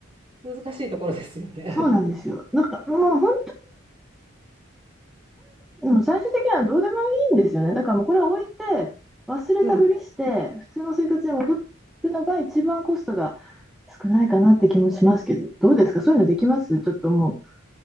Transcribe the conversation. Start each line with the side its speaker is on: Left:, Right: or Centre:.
Right: ら難しいところですよね。
Centre: そうなんですよ。
Right: <laughs>
Centre: なんかもう本でも最終的にはどうでもいいんですよね。だからもうこれは置いて、忘れたふりして、
Right: うん、
Centre: 普通の生活に戻るのが一番コストが少ないかなって気もしますけど、どうですかそういうのできますちょっとも